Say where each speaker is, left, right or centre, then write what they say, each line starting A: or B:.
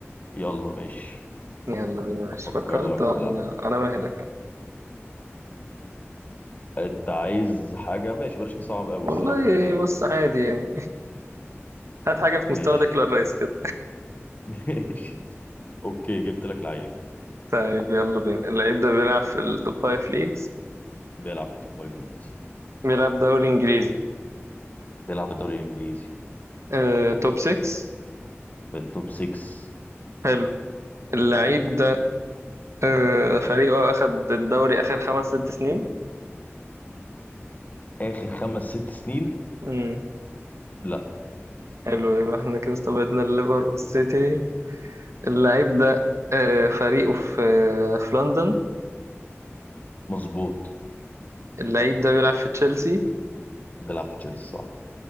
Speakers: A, on the left; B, on the right.
A: يلا ماشي
B: يلا بينا ايش
A: هفكر
B: فكرت
A: لك
B: ولا
A: في لعيب
B: انا ما هنا كان
A: انت عايز حاجة ماشي بلاش نصعب قوي
B: والله
A: الصراحة انت
B: بص عادي يعني هات حاجة في
A: ماشي
B: مستوى ديكلان رايس كده
A: <laughs> ماشي اوكي جبت لك لعيب
B: طيب يلا بينا اللعيب ده بيلعب في التوب فايف ليجز
A: بيلعب في التوب فايف ليجز
B: بيلعب دوري انجليزي
A: بيلعب في الدوري الانجليزي
B: آه، توب 6
A: في التوب 6
B: حلو اللعيب ده آه، فريقه أخد الدوري آخر خمس ست سنين
A: اخر خمس ست سنين
B: امم
A: لا
B: حلو يبقى احنا كده استبعدنا الليفر والسيتي اللعيب ده آه، فريقه في آه، في لندن
A: مظبوط
B: اللعيب ده بيلعب في تشيلسي
A: بيلعب في تشيلسي صح